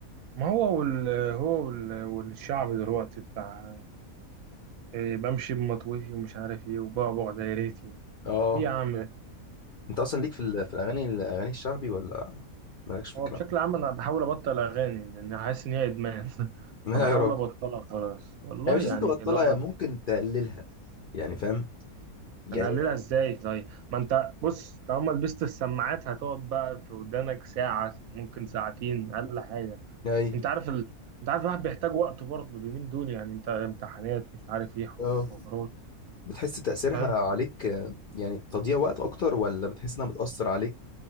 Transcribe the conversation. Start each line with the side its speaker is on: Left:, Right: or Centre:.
Right: ما هو وال هو وال والشعب دلوقتي بتاع آه، بمشي بمطوتي ومش عارف ايه وبعبع دايرتي
Left: اه
Right: ايه يا عم
Left: انت اصلا ليك في ال- في الاغاني الاغاني الشعبي ولا مالكش في
Right: هو
Left: الكلام
Right: بشكل
Left: ده
Right: عام انا بحاول ابطل اغاني لان حاسس ان هي ادمان <laughs>
Left: <laughs> لا
Right: فبحاول
Left: يا رب
Right: ابطلها خلاص والله
Left: يعني مش
Right: يعني
Left: لازم تبطلها
Right: اللعبة
Left: يعني ممكن تقللها يعني فاهم يعني
Right: هنقللها ازاي طيب ما انت بص طالما لبست السماعات هتقعد بقى في ودانك ساعة ممكن ساعتين اقل حاجة
Left: اي
Right: انت عارف ال... انت عارف الواحد بيحتاج وقت برضه اليومين دول يعني انت امتحانات مش عارف ايه
Left: اه
Right: حوارات
Left: بتحس تأثيرها
Right: فاهم
Left: عليك آه، يعني تضييع وقت أكتر ولا بتحس إنها بتأثر عليك